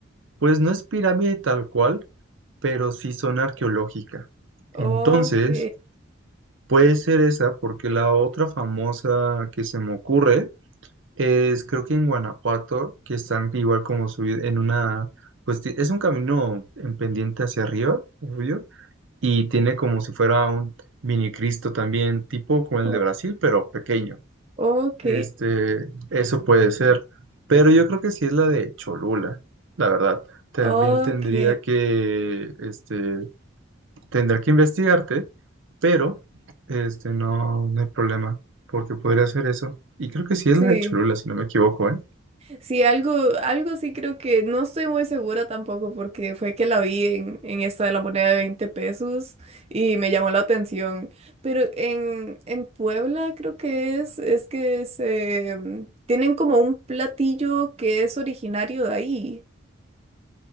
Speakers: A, on the right; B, on the right.
A: Pues no es pirámide tal cual, pero sí zona arqueológica.
B: Ok.
A: Entonces, puede ser esa, porque la otra famosa que se me ocurre es, creo que en Guanajuato, que están igual como subir en una, pues ti- es un camino en pendiente hacia arriba, obvio, y tiene como si fuera un mini Cristo también, tipo como el
B: o-
A: de Brasil, pero pequeño.
B: Ok.
A: Este, eso puede ser, pero yo creo que sí es la de Cholula, la verdad. También
B: Ok.
A: tendría que, este, tendría que investigarte, pero, este, no, no hay problema, porque podría hacer eso. Y creo que sí es
B: Sí.
A: la de Cholula, si no me equivoco, ¿eh?
B: Sí, algo, algo sí creo que no estoy muy segura tampoco porque fue que la vi en, en esta de la moneda de 20 pesos y me llamó la atención. Pero en, en Puebla creo que es, es que se mm, tienen como un platillo que es originario de ahí.